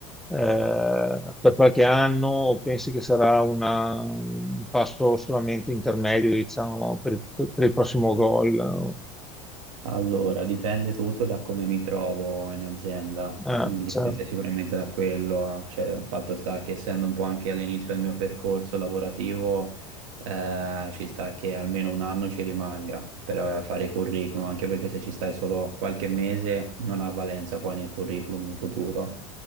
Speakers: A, in the centre; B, on the right.
A: eh, per qualche anno o pensi che sarà una- un passo solamente intermedio, diciamo, per, per il prossimo gol?
B: Allora, dipende tutto da come mi trovo in azienda,
A: Eh,
B: Mm, dipende
A: certo.
B: sicuramente da quello, cioè il fatto sta che essendo un po' anche all'inizio del mio percorso lavorativo, eh, ci sta che almeno un anno ci rimanga per eh, fare i curriculum, anche perché se ci stai solo qualche mese non ha valenza poi nel curriculum in futuro,